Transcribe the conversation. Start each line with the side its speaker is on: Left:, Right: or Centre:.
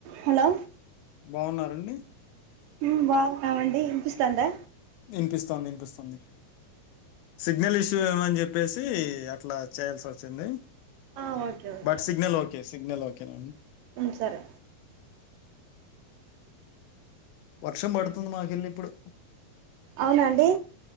Right: Hello
Left: బాగున్నారండి
Right: హు బాగున్నారా అండి వినిపిస్తుందా
Left: వినిపిస్తుందా వినిపిస్తుంది సిగ్నల్ ఇష్యూ ఏమని చెప్పేసి అట్లా చేయాల్సి వచ్చింది
Right: ఆ okay okay
Left: but signal okay signal okay న అండి
Right: ఉమ్ సరే
Left: వర్షం పడుత మాకలే ఇప్పుడు
Right: అవునండి